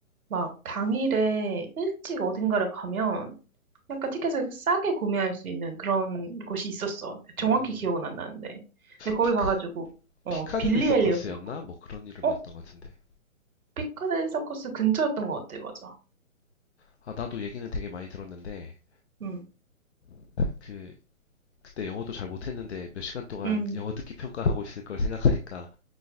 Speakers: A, on the right; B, on the left.
A: 막 당일에 일찍 어딘가를 가면 약간 티켓을 싸게 구매할 수 있는 그런 곳이 있었어. 정확히
B: 음
A: 기억은 안 나는데. 근데 거기
B: 피크
A: 가가지고, 어,
B: 피카딜리
A: 빌리
B: 서커스였나
A: 엘리엇을 봤거든.
B: 뭐 그런 이름이었던
A: 어?
B: 것 같은데.
A: 피카델리 서커스 근처였던 것 같아, 맞아.
B: 아 나도 얘기는 되게 많이 들었는데
A: 응.
B: 그 그때 영어도 잘 못했는데 몇 시간 동안
A: 응
B: 영어 듣기 평가하고 있을 걸 생각하니까